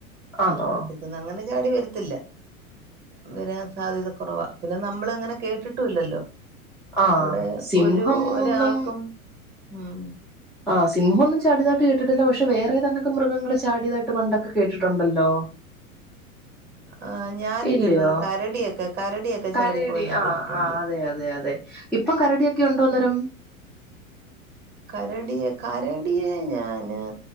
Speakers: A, in the centre; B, on the right (about 25°).
A: ആണോ
B: ടിക്കുന്ന അങ്ങനെ ചാടി വരത്തില്ല വരാൻ സാധ്യത കുറവാ പിന്നെ നമ്മൾ ഇങ്ങനെ കേട്ടിട്ടുല്ലല്ലോ
A: ആ
B: അവിടെ
A: സിംഹം
B: ഒരു ഒരാൾക്കും
A: ഒന്നും
B: ഉം
A: ആ സിംഹമൊന്നും ചാടിതാട്ട് കേട്ടില്ല പക്ഷേ വെറെതൊട്ടെക്കെ മൃഗങ്ങള ചാടിയതായിട്ട് പണ്ടൊക്കെ കേട്ടിട്ടുണ്ടല്ലോ
B: ആഹ് ഞാനും
A: ഇല്ലയോ
B: കേട്ടിട്ടുണ്ട് കരടിയൊക്കെ കരടിയൊക്കെ
A: കരടി
B: ചാടിപ്പോയെന്ന്
A: ആഹ
B: കേട്ടിട്ടുണ്ട്
A: ആ അതെ അതെ അതെ ഇപ്പം കരടിയൊക്കെ ഉണ്ടോ അന്നേരം
B: കരടിയെ കരടിയേ ഞാന്